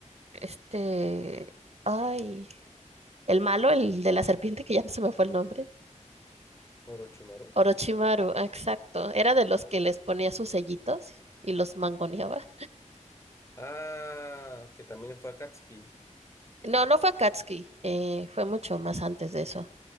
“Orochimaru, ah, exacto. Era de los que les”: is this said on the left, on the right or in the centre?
Right